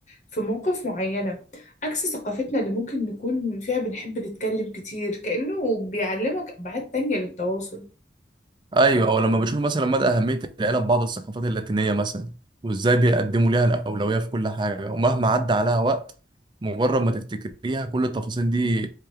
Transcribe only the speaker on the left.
في مواقف معينة عكس ثقافتنا اللي ممكن نكون فيها بنحب نتكلم كتير كأنه بيعلمك أبعاد تانية للتواصل